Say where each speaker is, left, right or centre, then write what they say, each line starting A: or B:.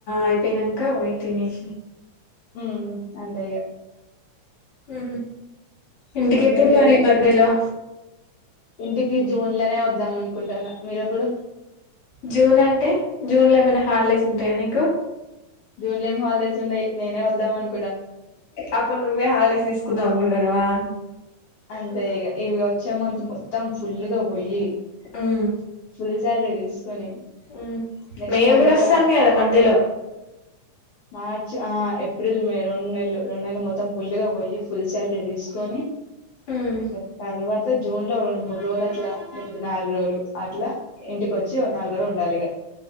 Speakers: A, on the left; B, on the left.
A: అయిపోయినాక పోయి తినేసి
B: హ్మ్ అంతే ఇగ
A: హు ఇంటికెప్పుడు
B: ఇంకేంటి
A: మరీ ఈ మధ్యలో
B: ఇంటికి జూన్ లోనే వద్దాం అనుకుంటాన మీరెప్పుడు
A: జూన్ అంటే జూన్ లో ఏమైనా హాలిడేస్ ఉంటాయా నీకు
B: జున్లో ఏం హాలిడేస్ ఉండయి నేనే వద్దాం అను
A: అప్పుడు నువ్వే హాలిడేస్ తీసుకుందాం అనుకుంటనవా
B: అంతే ఇగ ఇగ వచ్చేమంత్ మొత్తం ఫుల్లుగా పోయి
A: ఉమ్
B: ఫుల్ సాలరీ తీసుకొని
A: హు
B: నెక్స్ట్
A: మే
B: మంత్
A: కూడొస్టాంది
B: ఒక
A: కదా మధ్యలో
B: మార్చ్ ఆ ఏప్రిల్ మే రెండు నెలలు రెండు నెలలు మొత్తం ఫుల్ గా పోయి ఫుల్ శాలరీ తీసుకొని
A: ఉమ్
B: మరి తర్వాత్ త జూన్ లో రెండు మూడు రోలట్లా లేకపోతే నాల్ రోలు అట్లా ఇంటికొచ్చి ఓ నాల్ రోలుండాలి ఇగ